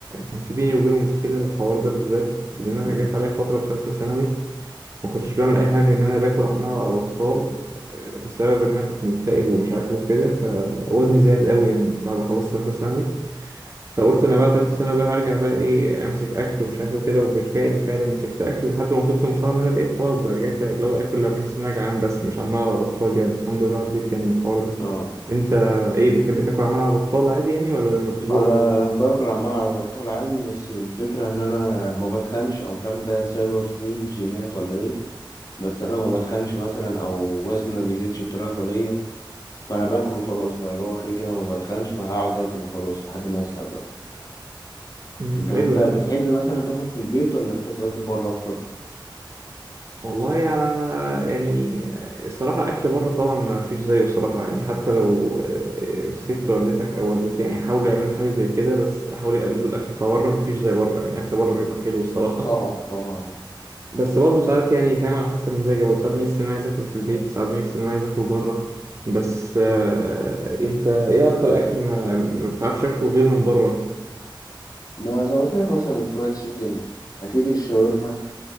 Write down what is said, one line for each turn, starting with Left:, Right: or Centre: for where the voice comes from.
Right: كان في بيني وبينه مشكله الحوار ده بالذات لان انا
Left: مم.
Right: جات عليا فتره في ثالثه ثانوي ما كنتش بعمل اي حاجه غير ان انا باكل عمال على بطال آه، بسبب ان انا كنت مكتئب ومش عارف ايه وكده فوزني زاد قوي يعني بعد ما خلصت ثالثه ثانوي فقلت انا بقى تالتة سنة بقى هرجع بقى ايه امسك اكل ومش عارف ايه وكده وبالفعل فعلا مسكت اكل لحد ما وصلت لمرحلة ان انا بقيت خلاص بقى رجعت اللي هو اكل لما بحس ان انا جعان بس مش عمال على بطال يعني الحمد لله عديت يعني من الحوار ده
Left: اه
Right: انت ايه بتحب تاكل عمال على بطال عادي يعني ولا لما بتجوع
Left: انا
Right: برضه؟
Left: باكل عمال على بطال عادي بس الفكره ان انا ما بتخنش او مش عارف ده سبب مين جينات ولا ايه بس انا ما بتخنش مثلا او وزني ما بيزيدش بطريقه غبيه فانا باكل وخلاص بقى اللي هو كده كده ما بتخنش فهقعد اكل وخلاص لحد ما اسهى بقى
Right: امم
Left: انت انت
Right: حلو
Left: بتحب
Right: ده
Left: مثلا تاكل في البيت ولا تحب تاكل بره اكتر
Right: والله على يعني الصراحة أكل بره طبعا ما فيش زيه الصراحة يعني حتى لو آه، ست والدتك أو والدتي يعني حاولوا يعملوا حاجة زي كده بس حاولوا يقلدوا الأكل بتاع بره ما فيش زي بره يعني الأكل بره بيبقى حلو الصراحة
Left: طبعا طبعا
Right: بس برضه ساعات يعني فاهم على حسب مزاجي برضه ساعات بحس إن أنا عايز آكل في البيت ساعات بحس إن أنا عايز آكل بره بس آه، أنت إيه أكتر أكل ما, ما بتعرفش تاكله غير من بره؟
Left: ما زي ما قلت لك مثلا الفرايد تشيكن اكيد الشاورما